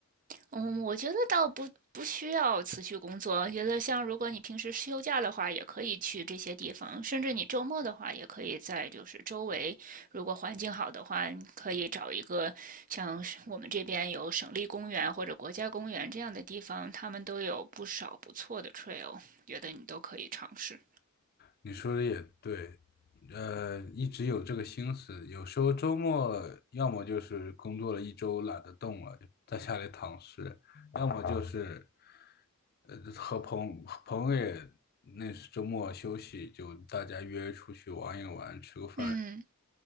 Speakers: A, on the right; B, on the left.
A: 嗯，我觉得倒不不需要辞去工作。我觉得像如果你平时休假的话，也可以去这些地方，甚至你周末的话，也可以在就是周围，如果环境好的话，你可以找一个像是我们这边有省立公园或者国家公园这样的地方，他们都有不少不错的 trail，觉得你都可以尝试。
B: 你说的也对，呃，一直有这个心思，有时候周末要么就是工作了一周懒得动了，就在家里躺尸，要么就是，呃，和朋朋友也那是周末休息，就大家约出去玩一玩，吃个饭，
A: 嗯。